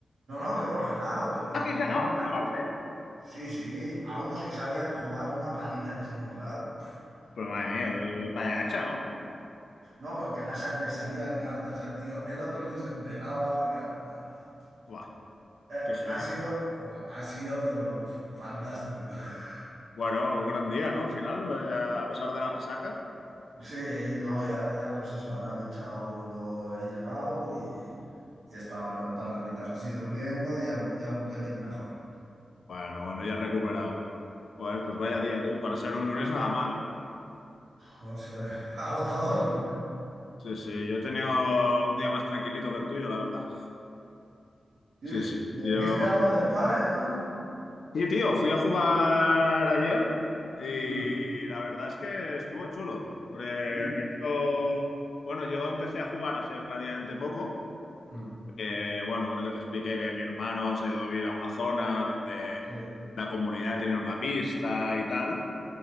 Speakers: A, on the right; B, on the left.
A: No, no, que hemos ganado, pero
B: Ah,
A: con
B: que he ganado,
A: un...
B: aparte.
A: Sí, sí, a unos que sabían jugar una paliza les hemos dado. Pf,
B: Pero madre mía, eh, vaya hacha, ¿no?
A: No, pero que la sa- le salían cartas al tío, el otro ni se enteraba, claro, va.
B: Buah,
A: Eh,
B: qué
A: ha
B: heavy.
A: sido, ha sido, pero f- fantástico. <laughs>
B: Bueno, un gran día, ¿no? Al final, eh, a pesar de la resaca.
A: Sí, no, y ahora ya, pues eso, ahora me he echado, luego he llegado y he estado ahora un par de horitas así durmiendo y ya, ya un pelín mejor.
B: Bueno, bueno, ya he recuperado. Joder, pues vaya día, tú. Para ser un lunes nada mal, ¿eh?
A: O sea, <laughs> agotador.
B: Sí, sí, yo he tenido un día más tranquilito que el tuyo, la verdad.
A: Y
B: Sí, sí,
A: me
B: yo...
A: dijiste algo del pádel, ¿no?
B: Sí, tío, fui a jugar ayer y
A: Mm,
B: la verdad es que estuvo chulo. Porque
A: mm,
B: me he hecho... Bueno, yo empecé a jugar hace relativamente poco.
A: mm.
B: que, bueno, creo que te expliqué que mi hermano se ha ido a vivir a una zona donde
A: Sí,
B: la comunidad tiene una pista y tal.